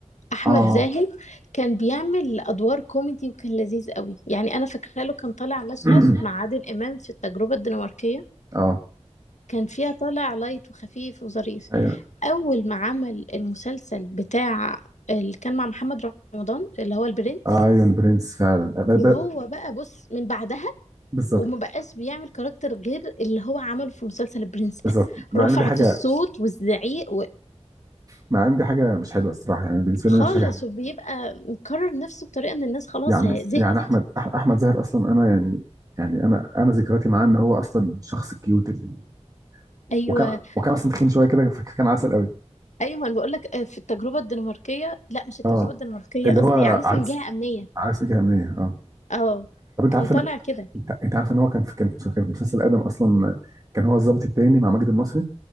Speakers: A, on the left (about 80°); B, on the right (about 30°).
A: أحمد
B: اه
A: زاهر كان بيعمل أدوار كوميدي وكان لذيذ قوي يعني أنا فاكرة له كان طالع مشهد
B: <clears throat>
A: مع عادل إمام في التجربة الدنماركية
B: اه
A: كان فيها طالع لايت وخفيف وظريف
B: ايوه
A: أول ما عمل المسلسل بتاع اللي كان مع محمد رمضان اللي هو البرنس
B: ايون برنس فعلا ب-
A: وهو
B: ب-
A: بقى بص من بعدها
B: بالظبط
A: وما بقاش بيعمل كاركتر غير اللي هو عمله في مسلسل البرنس
B: بالظبط
A: ده
B: مع
A: رفعت
B: ان دي حاجه
A: الصوت والزعيق
B: مع ان دي حاجه مش حلوه الصراحه يعني بالنسبه
A: خالص
B: لي أنا مش حاجه حلوة.
A: وبيبقى مكرر نفسه بطريقه ان الناس خلاص
B: يعني
A: زهقت
B: يعني احمد أح- احمد زاهر اصلا انا يعني يعني انا انا ذكرياتي معاه ان هو اصلا شخص كيوت ال-
A: ايوه
B: وكان وكان اصلا تخين شويه كده فكان عسل قوي
A: ايوه ما انا بقول لك آه، في التجربه الدنماركيه لا مش التجربه
B: اه
A: الدنماركيه
B: اللي
A: قصدي
B: هو
A: عريس
B: عارف
A: من جهه امنيه
B: عارف ايه جهنمية اه
A: اه
B: طب انت
A: كان
B: عارف
A: طالع
B: ان
A: كده
B: انت انت عارف ان هو كان في كان في كان في مسلسل ادم اصلا كان هو الضابط التاني مع ماجد المصري